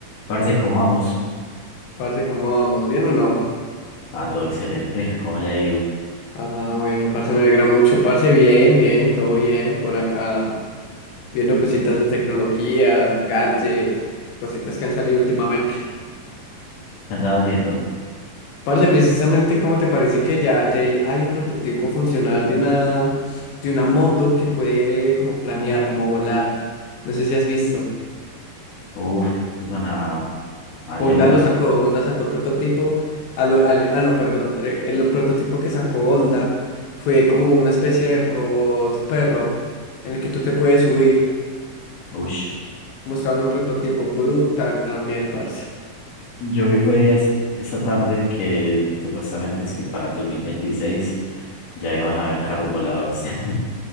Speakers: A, on the left; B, on the left.
A: Parce, ¿cómo vamos?
B: Parce, ¿cómo vamos? ¿Bien o no?
A: Ah, todo excelente. ¿Cómo le ha ido?
B: Ah, bueno, parce, me alegra mucho. Parce, bien, bien, todo bien. Por acá, viendo cositas de tecnología, gadgets, cositas que han salido últimamente.
A: ¿Qué andabas viendo?
B: Parce, precisamente, ¿cómo te parece que ya, ya hay hay un prototipo funcional de una, de una moto que puede como planear, como volar? No sé si has visto.
A: Uf, puso una aleta.
B: Honda lo sacó, Honda sacó el prototipo, a lo- al- ah no, perdón, eh, el, prototipo que sacó Honda fue como una especie de robot perro en el que tú te puedes subir.
A: Ush.
B: Mostraron un prototipo brutal también, parce.
A: Yo vi fue es- esta tarde que supuestamente es que para el 2026 ya iban a haber carros voladores. <laughs>